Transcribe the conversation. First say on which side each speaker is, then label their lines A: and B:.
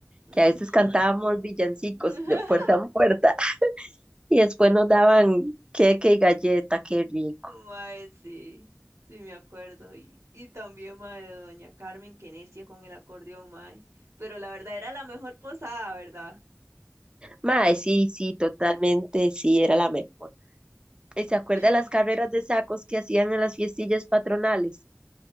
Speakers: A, on the right (about 75°); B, on the right (about 20°).
A: Ujú.
B: que a veces cantábamos villancicos
A: <laughs>
B: de puerta en puerta <laughs> y después nos daban queque y galleta, qué rico.
A: Mae, sí, sí me acuerdo. Y, y también, mae, de Doña Carmen, que necia con el acordeón, mae. Pero la verdad era la mejor posada, ¿verdad?
B: Mae, sí, sí, totalmente, sí, era la mejor. ¿Y se acuerda
A: <laughs>
B: de las carreras de sacos que hacían en las fiestillas patronales?